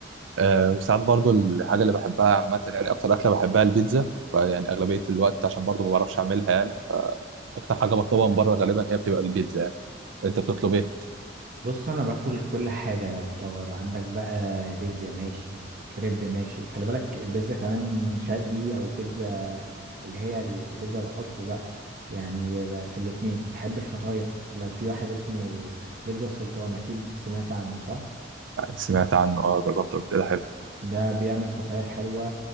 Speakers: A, on the right (about 75°); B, on the right (about 45°).
A: آه، وساعات برضو الحاجة اللي بحبها عامة يعني اكتر اكلة بحبها البيتزا يعني اغلبية الوقت عشان برضو ما بعرفش اعملها يعني اكتر حاجة بطلبها من بره غالبا هي بتبقى البيتزا يعني. انت بتطلب ايه؟
B: بص انا باكل كل حاجه يعتبر عندك بقى بيتزا ماشي كريب ماشي خلي بالك البيتزا كمان شرقي او بيتزا اللي هي البيتزا الاصلي بقى يعني ب- في الاتنين بحب الفطاير لو في واحد اسمه بيتزا السلطان اكيد سمعت عنه صح
A: سمعت عنه اه جربته قبل كده حلو
B: ده بيعمل فطاير حلوة